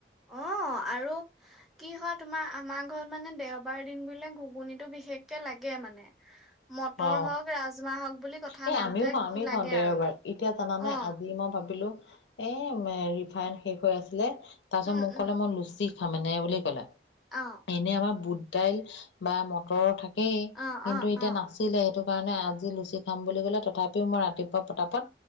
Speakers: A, in the centre; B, on the left.
A: অ আৰু কি হয় তোমাৰ আমাৰ ঘৰত মানে দেওবাৰ দিন বুলে ঘুগুনিটো বিশেষকে লাগে মানে। মটৰ
B: অ
A: হওক ৰাজমাহ হওক বুলি কথা
B: এই
A: নাই
B: আমিও
A: মুঠতে
B: খাওঁ
A: কি
B: আমিও
A: লাগে
B: খাওঁ দেওবাৰ
A: আৰু
B: এতিয়া জানা
A: অ
B: নাই আজি মই ভাবিলো এ ৰিফাইন শেষ হৈ আছিলে, তাৰপিছত
A: উম
B: মোক
A: উম
B: কলে মোৰ লুচি সমানে বুলি কলে।
A: অ
B: এনে আমাৰ বুদ্ধি দাইল বা মটৰ থাকে
A: অ
B: কিন্তু
A: অ
B: এতিয়া
A: অ
B: নাছিল সেইটো কাৰণে আজি লুচি খাম বুলি গ'লে তথাপিও মই ৰাতিপুৱা পতাপত